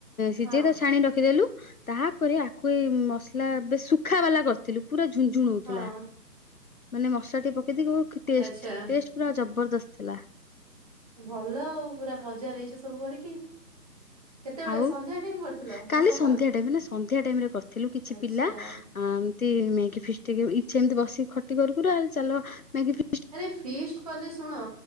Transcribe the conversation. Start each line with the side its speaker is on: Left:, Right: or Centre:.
Left: ସିଝେଇ
Right: ହଁ
Left: ତାକୁ ଛାଣି ରଖିଦେଲୁ। ତାପରେ ଆକୁ ଏଇ ମସଲା ଏବେ ଶୁଖା ବାଲା କରିଥିଲୁ। ପୁରା ଝୁଣ ଝୁଣ ହଉଥିଲା।
Right: ହଁ।
Left: ମାନେ ମସଲା ଟିକେ ପକେଇ ଦେଇକି ଓଃ କି ଟେଷ୍ଟ
Right: ଆଚ୍ଛା
Left: ଟେଷ୍ଟ ପୁରା ଜବରଦସ୍ତ ଥିଲା।
Right: ଭଲ ଆଉ ପୁରା ମଜା ନେଇଛ ସବୁ କରିକି। କେତେବେଳେ
Left: ଆଉ
Right: ସନ୍ଧ୍ୟା ଟାଇମ କରିଥିଲ
Left: କାଲି
Right: ନା ସକାଳୁ
Left: ସନ୍ଧ୍ୟା ଟାଇମ୍ ସନ୍ଧ୍ୟା ଟାଇମ୍ ରେ କରିଥିଲୁ କିଛି
Right: ଆଚ୍ଛା।
Left: ପିଲା। ଆ ଏମତି ମ୍ୟାଗି ଫିଷ୍ଟ୍ ଟିକେ ଇଛା ଏମତି ବସିକ ଖଟି କରୁ କରୁ ଆ ଚାଲ ମ୍ୟାଗି ଫି
Right: ଆରେ ଫିଷ୍ଟ କଲେ ଶୁଣ।